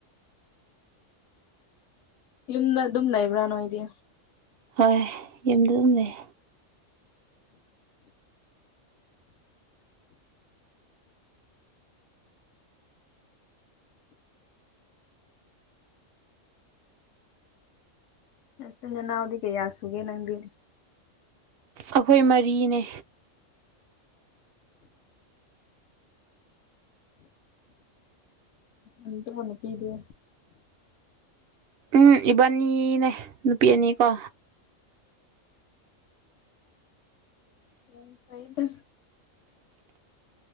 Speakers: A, on the left; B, on the right.
A: ꯌꯨꯝꯗ ꯑꯗꯨꯝ ꯂꯩꯕ꯭ꯔ ꯅꯣꯏꯗꯤ
B: ꯍꯣꯏ ꯌꯨꯝꯗ ꯑꯗꯨꯝ ꯂꯩ
A: ꯅꯆꯤꯟ ꯅꯅꯥꯎꯗꯤ ꯀꯌꯥ ꯁꯨꯒꯦ ꯅꯪꯗꯤ
B: ꯑꯈꯣꯏ ꯃꯔꯤꯅꯦ
A: ꯑꯗꯨꯒ ꯅꯨꯄꯤꯗꯤ
B: ꯎꯝ ꯏꯕꯥꯅꯤꯅꯦ ꯅꯨꯄꯤ ꯑꯅꯤꯀꯣ
A: ꯌꯥꯝ ꯐꯩꯗ